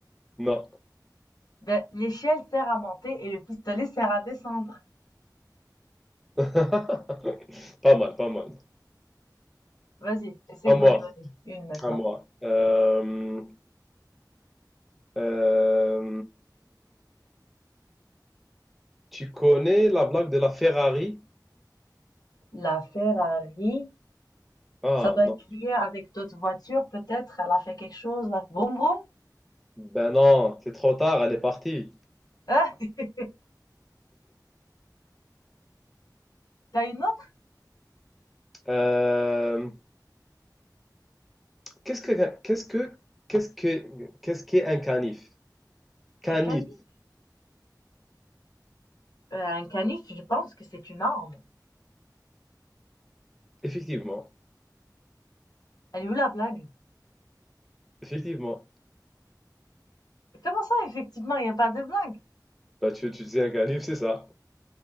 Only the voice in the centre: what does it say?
Non.
<laughs> Pas mal, pas mal.
À
moi,
à moi. Euh, euh, tu connais la blague de la Ferrari?
Ah
non.
Ben non, c'est trop tard, elle est partie.
Euh, Qu'est-ce que qu'est-ce que qu'est-ce que qu'est-ce qu'est un canif? Canif,
effectivement,
effectivement.
Bah tu, tu sais un canif, c'est ça.